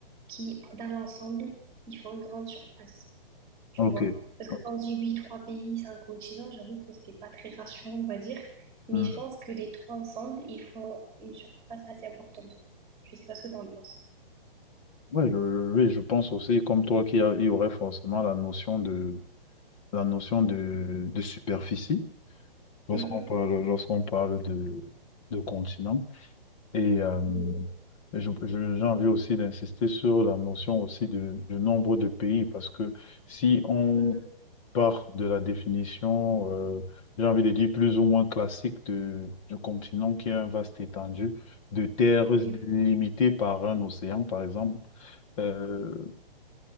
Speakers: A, on the right (about 20°); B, on the left (about 35°).
A: qui dans l'ensemble ils font une grande surface. tu
B: Ok.
A: vois. Parce
B: Ok.
A: que quand on dit oui, trois pays, cinq continents, j'avoue que c'est pas très rassurant, on va dire. Mais
B: Hmm.
A: je pense que les trois ensemble, ils font une surface assez importante. Je sais pas ce que t'en penses.
B: Ouais, je, je- oui, je pense aussi, comme toi, qu'il y a- il y aurait forcément la notion de, la notion de, de superficie lorsqu'on
A: Mhm,
B: parle, lorsqu'on parle de, de continent. Et euh,
A: mhm,
B: je- je- j'ai envie aussi d'insister sur la notion aussi de- du nombre de pays, parce que si on
A: mhm.
B: part de la définition, euh, j'ai envie de dire plus ou moins classique de- du continent, qui est un vaste étendu de terres
A: Oui, oui.
B: limitées par un océan, par exemple, euh,